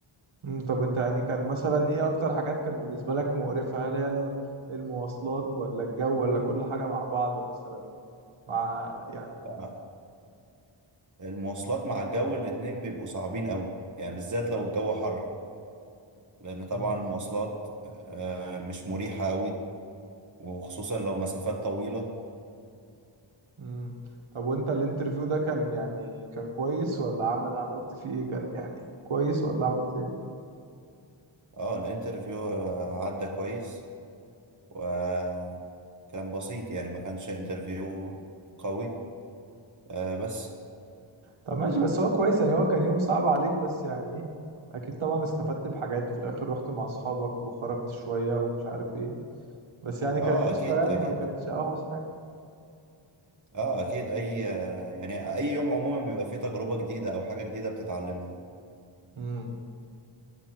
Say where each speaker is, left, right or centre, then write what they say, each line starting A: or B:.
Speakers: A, on the right; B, on the right.
A: امم طب انت يعني كان مثلا ايه اكتر حاجات كانت بالنسبة لك مقرفة هل هي الم- المواصلات ولا الجو ولا كل حاجة مع بعض مثلا مع يعني
B: آه، المواصلات مع الجو الاتنين بيبقوا صعبين قوي يعني بالذات لو الجو حر لان طبعا
A: امم
B: المواصلات آه مش مريحة قوي وخصوصا لو مسافات طويلة
A: امم طب وانت الانترفيو ده كان يعني كان كويس ولا عمل عملت فيه ايه كان يعني كويس ولا عملت
B: اه الانترفيو آه، عدى كويس وكان بسيط يعني ما كانش انترفيو قوي آه بس
A: طب ماشي بس هو كويس يعني هو كان يوم صعب عليك بس يعني ايه اكيد طبعا استفدت بحاجات في الاخر رحت مع اصحابك وخرجت شوية ومش عارف ايه بس يعني
B: اه
A: كان قشطة
B: اكيد
A: يعني
B: اكيد
A: ما كانش اوحش حاجة
B: اه اكيد اي آه يعني اي يوم عموما بيبقى فيه تجربة جديدة او حاجة جديدة بتتعلمها
A: امم